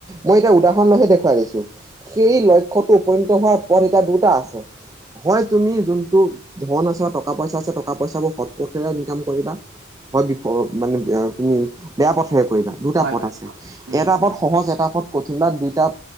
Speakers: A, on the right; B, on the right.
A: মই এতিয়া উদাহৰণ লৈহে দেখুৱাই দিছো সেই লক্ষ্যটো উপনীত হোৱাৰ পথ এতিয়া দুটা আছে। হয় তুমি যোনটো ধন আছে বা টকা - পইচা আছে টকা - পইচাবোৰ সৎ পথেৰে ইনকাম কৰিবা। হয় বি প মানে তুমি বেয়া পথৰে কৰিবা দুটা
B: হয়
A: পথ
B: হয়
A: আছে,
B: উম
A: এটা পথ সহজ এ টা পথ কঠিন বা দুইটা